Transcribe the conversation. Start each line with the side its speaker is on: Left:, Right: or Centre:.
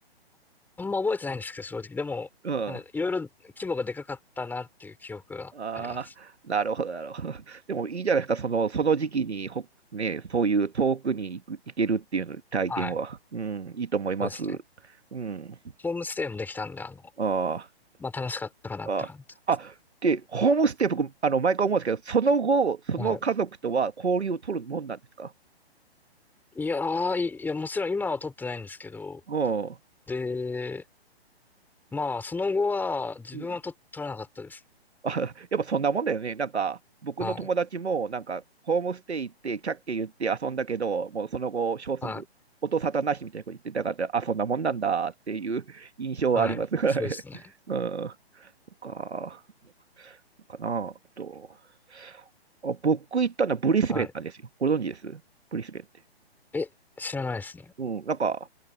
Centre: あんま覚えてないんですけど、正直。でも、
Right: うん。
Centre: なんかいろいろ規模がでかかったなっていう記憶があります。
Right: ああ、なるほど、なるほど。でもいいじゃないですか、その、その時期にほ、ね、そういう遠くに行く、行けるっていう体験は。
Centre: はい。
Right: うん、いいと思います。
Centre: そうですね。
Right: うん。
Centre: ホームステイもできたんで、あの、
Right: ああ。
Centre: まあ楽しかったかなって感じ。
Right: ああ、で、ホームステイ、僕、あの、毎回思うんですけど、その後、その家族とは交流を取るもんなんですか
Centre: はい。いやー、いいや、もちろん今は取ってないんですけど、
Right: うん。
Centre: で、まあその後は自分は取、
Right: うん。
Centre: 取らなかったですね。
Right: あ、やっぱそんなもんだよね。なんか、僕の友達も、
Centre: はい。
Right: なんか、ホームステイ行って、キャッキャ言って遊んだけど、もうその後、消息、
Centre: はい。
Right: 音沙汰なしみたいなこと言ってたから、あ、そんなもんなんだっていう <laughs> 印象はあります。
Centre: はい。
Right: <laughs> はい。
Centre: そうですね。
Right: うん。そっか、かな。あと、あ、僕行ったのはブリスベンなんですよ。
Centre: はい。
Right: ご存知ですブリスベンって。
Centre: え、知らないですね。
Right: うん。なんか、